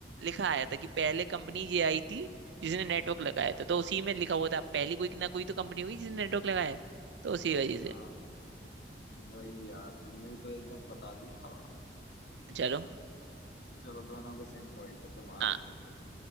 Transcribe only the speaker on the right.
लिखा आया था कि पहले कंपनी ये आई थी जिसने नेटवर्क लगाया
था तो उसी में लिखा हुआ था पहली कोई ना कोई तो कंपनी होगी जिसने नेटवर्क लगाया है तो उसी वजह से
चलो
हाँ